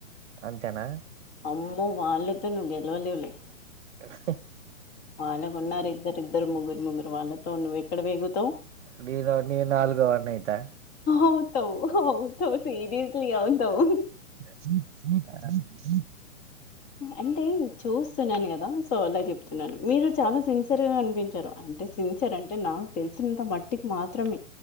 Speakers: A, on the right (about 55°); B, on the left (about 20°).
A: అంతేనా
B: అమ్మో వాళ్ళతో నువ్ గెలవలేవులే
A: హహ
B: వాళ్ళకు ఉన్నారు ఇద్దరిద్దరు ముగ్గురు ముగ్గురు వాళ్ళతో నువ్వు వెక్కడ వేగుతావ్
A: <unintelligible> నేను నాలుగు వాడ్ని అయితా
B: అవుతావు అవుతావు సీరియస్లీ అవుతావు
A: హా
B: అంటే చూస్తున్నాను కదా సో అలా చెప్తున్నాను మీరు చాలా సిన్సియర్ గా అనిపించారు అం సిన్సియర్ అంటే నాకు తెలిసినంత మట్టికి మాత్రమే